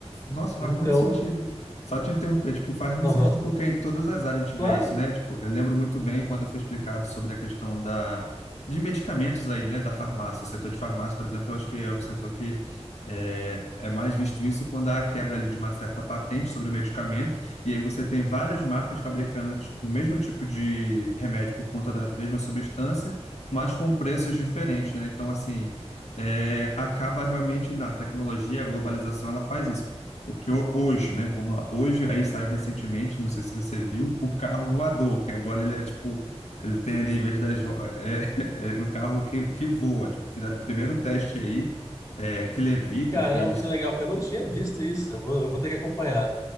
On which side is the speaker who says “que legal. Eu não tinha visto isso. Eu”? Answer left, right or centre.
Left